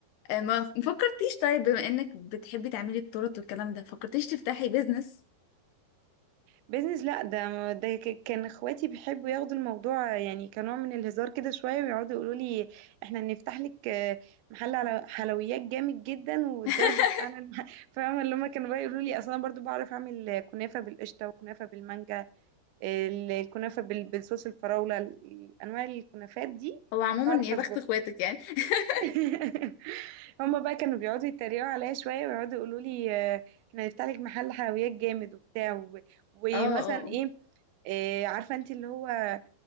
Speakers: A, on the left; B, on the right.
A: آه، ما ما فكرتيش طيب بما انك بتحبي تعملي التورت والكلام ده فكرتيش تفتحي بيزنس
B: بيزنس لا ده ده ك- كان اخواتي بيحبوا ياخدوا الموضوع يعني كنوع من الهزار كده شويه ويقعدوا يقولوا لي احنا هنفتح لك آه، محل على حلويات جامد جدا والضرب
A: <laughs>
B: في اعلى الم- <laughs> فاهمه اللي هم كانوا بقى يقولوا لي اصلا برضو بعرف اعمل كنافه بالقشطه وكنافه بالمانجا ال- الكنافه بال- بالصوص الفراوله ال- انواع الكنافات دي
A: هو عموما
B: بعرف
A: يا
B: اظبطها
A: بخت اخواتك يعني <laughs>
B: <laughs> هما بقى كانوا بيقعدوا يتريقوا عليا شويه ويقعدوا يقولوا لي آه، احنا هنفتح لك محل حلويات جامد وبتاع و- ومثلا
A: اه اه آه.
B: ايه آه، عارفه انت اللي هو "آه،